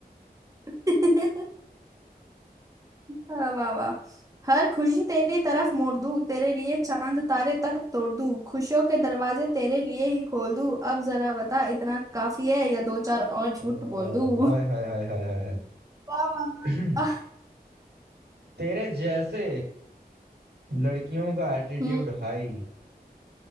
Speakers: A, on the right (about 20°); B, on the right (about 85°).
A: हाँ, वाह वाह हर खुशी तेरी तरफ मोड़ दूं तेरे लिए चांद तारे तक तोड़ दूं खुशियों के दरवाजे तेरे लिए ही खोल दूं अब जरा बता इतना काफी है या दो चार और झूठ
B: ओ
A: बोल दूं
B: हाय हाय हाय हाय हाय हाय
A: वाह वाह, वाह,
B: <clears throat>
A: वाह।
B: तेरे जैसे लड़कियों का एटीट्यूड
A: हम्म
B: हाई